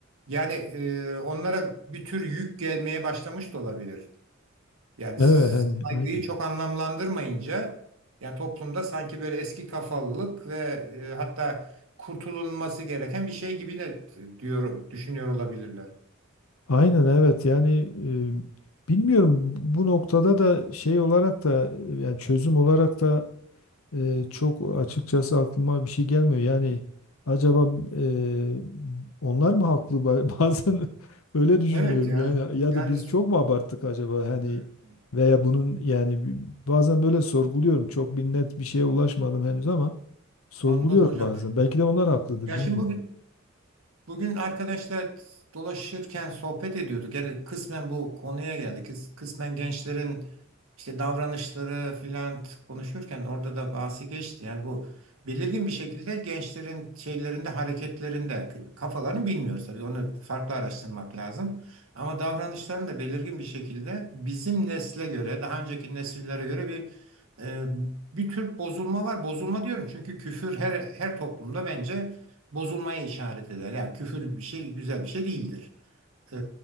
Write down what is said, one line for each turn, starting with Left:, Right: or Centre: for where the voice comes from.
Right: Yani e, onlara bir tür yük gelmeye başlamış da olabilir. Yani
Left: Evet hani
Right: saygıyı
Left: aynen.
Right: çok anlamlandırmayınca yani toplumda sanki böyle eski kafalılık ve e, hatta kurtulunması gereken bir şey gibi de diyor düşünüyor olabilirler.
Left: Aynen evet yani e, bilmiyorum bu noktada da şey olarak da e, yani çözüm olarak da e, çok açıkçası aklıma bir şey gelmiyor. Yani acaba e, onlar mı haklı Ba- <laughs> bazen öyle düşünüyorum
Right: Evet ya.
Left: yani ya
Right: Yani
Left: da biz çok mu abarttık acaba hani
Right: e,
Left: veya bunun yani bi- bazen böyle sorguluyorum. Çok bir net bir şeye ulaşmadım henüz ama sorguluyorum
Right: anladım hocam.
Left: bazen. Belki de onlar haklıdır
Right: Ya
Left: bilmiyorum.
Right: şimdi bugün Bugün arkadaşlar dolaşırken sohbet ediyorduk. Yani kısmen bu konuya geldik. Kıs- Kısmen gençlerin işte davranışları filan konuşurken orada da bahsi geçti. Yani bu belirgin bir şekilde gençlerin şeylerinde, hareketlerinde k- kafalarını bilmiyoruz tabii. Onu farklı araştırmak lazım. Ama davranışların da belirgin bir şekilde bizim nesle göre, daha önceki nesillere göre bir e, bir tür bozulma var. Bozulma diyorum çünkü küfür her her toplumda bence bozulmaya işaret eder. Yani küfür bir şey güzel bir şey değildir. Ee,